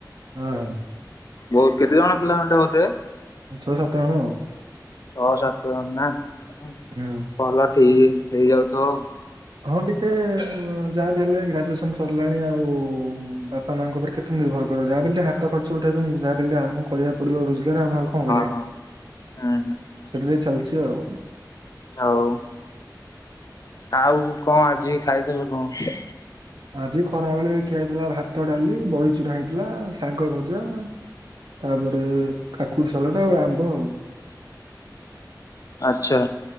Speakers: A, on the right (about 75°); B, on the left (about 50°).
A: ହଁ ହଁ।
B: ବୋହୁତ କେତେ ଜଣ ପିଲା ଖଣ୍ଡେ ହୋଉଥିବେ?
A: ଛଅ ସାତ ଜଣ ଆଉ।
B: ଛଅ ସାତ ଜଣ ନା ହଁ
A: ହୁଁ।
B: ଭଲ ଠିକ୍ ହେଇଯାଉଥିବ ଆଉ।
A: ହଁ ଟିକେ ଯାହା ଦେଲେ ଗ୍ରାଜୁଏସନ ସରିଲାଣି ଆଉ ବାପା ମାଙ୍କ ଉପରେ କେତେ ନି ର୍ଭର କରି ଯାହା ବି ହେଲେ ଟିକେ ହାତ ଖର୍ଚ୍ଚ ଉଠାଇବା ପାଇଁ ଯା ହା ହେଲେ ଆମକୁ କରିବାକୁ ପଡିବ ରୋଜଗାର। ଆମେ ଆଉ କଣ କରିବା।
B: ହଁ ହଁ ହୁଁ
A: ସେମିତି ଚାଲ୍ ଚି ଆଉ।
B: ଆଉ ଆଉ କଣ ଆଜି ଖାଇଥିଲ କଣ?
A: ଆଜି ଖରା ବେଳେ ଖିଆହେଇଥିଲା ଭାତ, ଡାଲି ବଡିଚୂୁରା ହେଇଥିଲା, ଶାଗ ଭଜା ତାପରେ, କାକୁଡି ସାଲଟ ଆଉ ଆମ୍ବ ଆଉ
B: ଆଚ୍ଛା